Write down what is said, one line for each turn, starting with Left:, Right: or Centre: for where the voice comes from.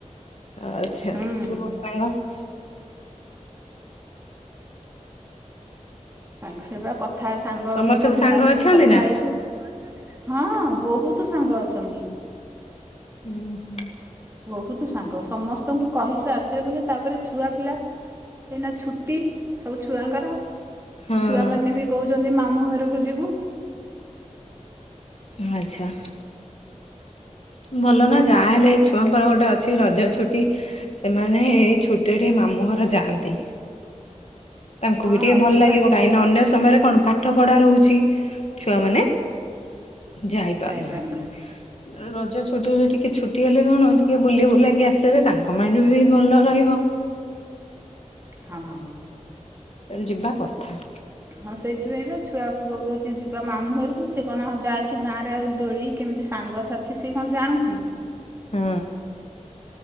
Left: ଆଛା
Right: ହୁଁ
Left: <unintelligible>
Right: ସାଙ୍ଗ ସେ ବା କଥା ସାଙ୍ଗ
Left: ତମର
Right: ମାନେ
Left: ସାଙ୍ଗ
Right: ସାଙ୍ଗରେ ସବୁ
Left: ଅଛନ୍ତି
Right: କଥା
Left: ନା?
Right: ହେଇଛୁ। ହଁ ବହୁତ ସାଙ୍ଗ ଅଛନ୍ତି।
Left: ହୁଁ ହୁଁ।
Right: ବହୁତ ସାଙ୍ଗ ସମସ୍ତଙ୍କୁ କହିଛୁ ଆସିବେ ବୋଲି ତାପରେ ଛୁଆ ପିଲା ଏଇନା ଛୁଟି ସବୁ ଛୁଆଙ୍କର
Left: ହଁ
Right: ଛୁଆମାନେ ବି କହୁଛନ୍ତି ମାମୁଁ ଘରକୁ ଯିବୁ।
Left: ଆଚ୍ଛା। ଭଲ ନା ଯାହାହଲେ ଏଇ ଛୁଆଙ୍କର ଗୋଟେ ଅଛି ରଜ ଛୁଟି। ସେମାନେ ଏଇ ଛୁଟିରେ ଟିକେ ମାମୁଁ ଘର ଯାଆନ୍ତି। ତାଙ୍କୁ
Right: ହଁ
Left: ବି ଟିକେ ଭଲ
Right: ଛୁଆ
Left: ଲାଗିବ କାହିଁକି ଅନ୍ୟ ସମୟରେ କଣ ପାଠ ପଢା ରହୁଛି ଛୁଆ ମାନେ ଯାଇପାରୁ
Right: ଯାଇପାରୁନାହାନ୍ତି
Left: ନାହାନ୍ତି। ରଜ ଛୁଟିରେ ଟିକେ ଛୁଟି ହେଲେ କଣ ଟିକେ ବୁଲି ବୁଲାକି ଆସିଲେ ତାଙ୍କ ମାଇଣ୍ଡ ବି ଭଲ ରହିବ।
Right: ହଁ।
Left: ତେଣୁ ଯିବା କଥା।
Right: ହଁ ସେଇଥିପାଇଁ ବା ଛୁଆ ପୁଅ କହୁଛି ଯିବା ମାମୁଁ ଘରକୁ ସେ କଣ ଆଉ ଯାଉଛୁ ଗାଁ ରେ ଆଉ ଦୋଳି କେମିତି ସାଙ୍ଗସାଥି ସିଏ କଣ ଜାଣୁଛି।
Left: ହୁଁ।